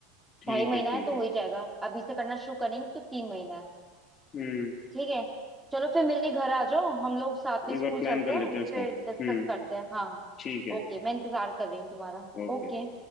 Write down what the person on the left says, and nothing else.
ठीक
है ठीक
है
हम्म
एक
बार प्लान
कर लेते
हैं इसको
हम्म
ठीक है
ओके